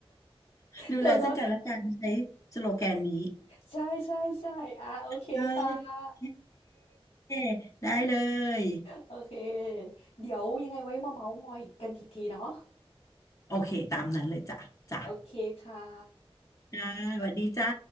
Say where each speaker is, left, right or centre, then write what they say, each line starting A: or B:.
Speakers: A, on the left; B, on the left.
A: ดูแลซึ่งกันและกันใช้สโลแกนนี้
B: เดี๋ยวรถใช่ใช่ใช่อ่ะโอเคค่ะ
A: เออเย้ได้เลย
B: โอเคเดี๋ยวยังไงไว้มาเมาส์มอยกันอีกทีเนาะ
A: โอเคตามนั้นเลยจ้ะจ้ะ
B: โอเคค่ะ
A: จ้าสวัสดีจ้า